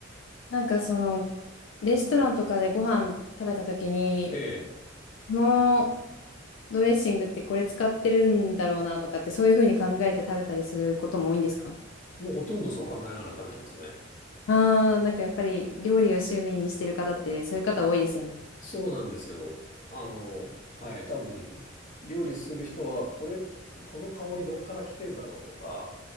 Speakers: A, on the left; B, on the left.
A: なんかその、レストランとかでご飯食べた時に、
B: ええ。
A: このドレッシングってこれ使ってるんだろうなとかって、そういうふうに考えて食べたりすることも多いんですか
B: もうほとんどそう考えながら食べてますね。
A: ああー、なんかやっぱり料理を趣味にしてる方って、そういう方多いですよね。
B: そうなんですよ。あの、はい。多分、料理する人は、これ、この香りどっから来てんだろうとか、